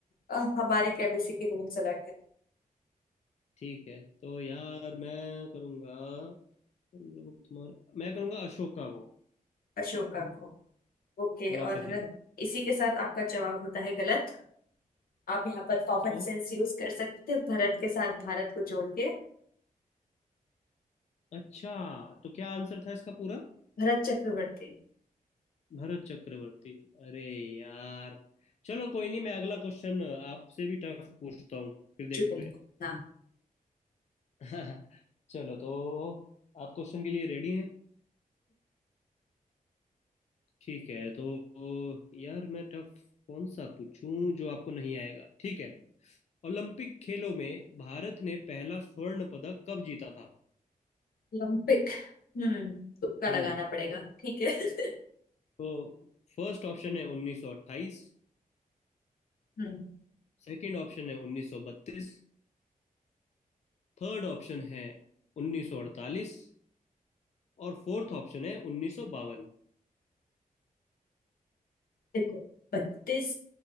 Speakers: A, on the left; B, on the left.
A: अ, हमारे केबीसी के रूल्स अलग है
B: ठीक है तो यार मैं करूंगा चंद्रगुप्त मौर्य मैं करूंगा अशोक का वो
A: अशोका को ओके
B: लॉक
A: और
B: कर दिया
A: इसी के साथ आपका जवाब होता है गलत आप यहाँ पर कॉमन
B: जाए। ओ
A: सेंस यूज कर सकते थे भरत के साथ भारत को जोड़ के
B: अच्छा तो क्या आंसर था इसका पूरा
A: भरत चक्रवर्ती
B: भरत चक्रवर्ती अरे यार चलो कोई नहीं मैं अगला क्वेश्चन आपसे भी टफ पूछता हूँ फिर देखते
A: जी बिल्कुल हाँ
B: हैं <laughs> चलो तो आप क्वेश्चन के लिए रेडी हैं ठीक है तो यार मैं टफ कौन सा पूछूं जो आपको नहीं आएगा ठीक है ओलंपिक खेलों में भारत ने पहला स्वर्ण पदक कब जीता था
A: ओलंपिक हम्म तुक्का लगाना
B: हम्म
A: पड़ेगा ठीक है <laughs>
B: तो फर्स्ट ऑप्शन है 1928
A: हम्म
B: सेकंड ऑप्शन है 1932 थर्ड ऑप्शन है 1948 और फोर्थ ऑप्शन है 1952
A: देखो बत्तीस